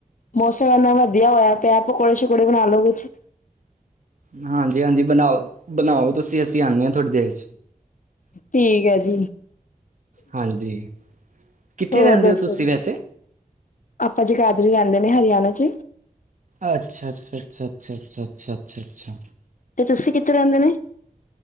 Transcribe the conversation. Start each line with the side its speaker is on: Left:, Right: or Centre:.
Left: ਮੌਸਮ ਐੰਨਾ ਵਧੀਆ ਹੋਇਆ ਪਿਆ ਪਕੌੜੇ ਸ਼ਕੌੜੇ ਬਣਾ ਲਓ ਕੁਛ।
Right: ਹਾਂਜੀ-ਹਾਂਜੀ ਬਣਾਓ। ਬਣਾਓ ਤੁਸੀਂ ਅਸੀਂ ਆਉਂਦੇ ਹਾਂ ਤੁਹਾਡੀ ਦੇਰ
Left: ਠੀਕ ਹੈ ਜੀ
Right: ਹਾਂਜੀ। ਕਿੱਥੇ
Left: ਹੋਰ
Right: ਰਹਿੰਦੇ
Left: ਦੱਸੋ।
Right: ਹੋ ਤੁਸੀਂ ਵੈਸੇ
Left: ਆਪਾਂ ਜਗਾਦਰੀ ਆਂਦੇ ਨੇ ਹਰਿਆਣਾ ਚ।
Right: ਅੱਛਾ-ਅੱਛਾ, ਅੱਛਾ-ਅੱਛਾ, ਅੱਛਾ-ਅੱਛਾ, ਅੱਛਾ-ਅੱਛਾ।
Left: ਤੇ ਤੁਸੀਂ ਕਿੱਥੇ ਰਹਿੰਦੇ ਨੇ?